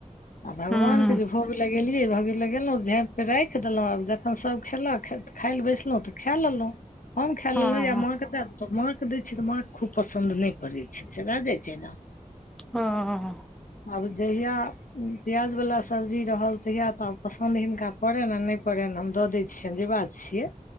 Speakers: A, on the left; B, in the centre.
A: आ भगवान
B: हँ
A: के जे भोग लैग जाय छे गेलियै भ गेल लगहुँ झाँपि के राखि देलहुँ आब जखन सभ खेलक खाय लए बैसलहुँ तऽ खाए लेलहुँ हमम खे
B: हँ
A: लेलऊं ये
B: हँ
A: मा के माँ के दै छै तऽ माँ खूब पसंद नहि पड़ैत छै से भए जाइत छै ने
B: हँ
A: आब जहिया प्याज बला सब्जी रहल तहिआ तऽ पसन्द हिनका पड़ेलेन नहि पड़ेलेन हम दऽ दै छियनि जे बात छियै